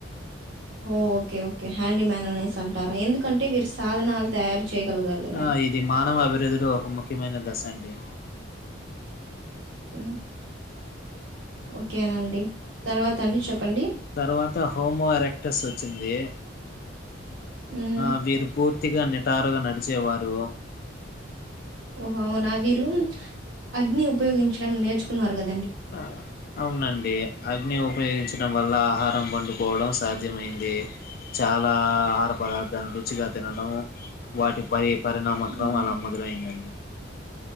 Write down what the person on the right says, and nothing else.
ఓ ఓకే ఓకే హ్యాండిమ్యాన్ అనేస్ అంటారా ఎందుకంటే వీరి సాధనాలు తయారు చేయగలిగారు గదా!
హ ఓకేనండి తర్వాత అండి చెప్పండి
హ్మ్.
ఓహొ అవునా వీరు అగ్ని ఉపయోగించడం నేర్చుకున్నారు కదా
మ్మ్.